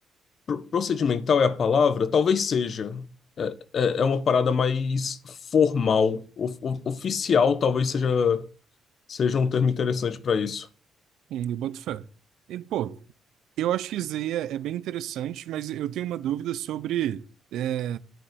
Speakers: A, on the left; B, on the right.
A: pro- procedimental é a palavra? Talvez seja. É, é, é uma parada mais formal, o- o- oficial, talvez seja, seja um termo interessante para isso.
B: Hum, eu boto fé. E, pô, eu acho que isso é, é bem interessante, mas eu tenho uma dúvida sobre é,